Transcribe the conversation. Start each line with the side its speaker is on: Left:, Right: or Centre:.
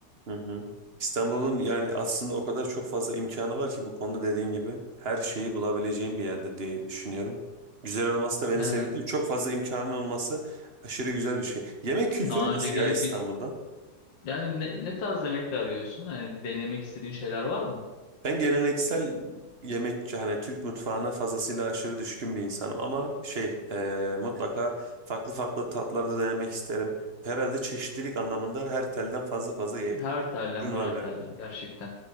Right: Hı hı. İstanbul'un yani aslında o kadar çok fazla imkanı var ki bu konuda dediğim gibi her şeyi bulabileceğim bir yerdir diye düşünüyorum. Güzel olması da beni
Left: Evet.
Right: sevindi. Çok fazla imkanın olması aşırı güzel bir şey. Yemek kültürü
Left: Daha
Right: nasıl
Left: önce gelip
Right: ya İstanbul'da?
Left: git. Yani ne, ne tarz yemekler arıyorsun? Hani denemek istediğin şeyler var mı?
Right: Ben geleneksel yemekçi hani Türk mutfağına fazlasıyla aşırı düşkün bir insanım ama şey e, mutlaka farklı farklı tatlarda denemek isterim. Herhalde çeşitlilik anlamında her telden fazla fazla ye-
Left: Her tellen
Right: ürün
Left: var
Right: var
Left: her
Right: galiba.
Left: tellen gerçekten.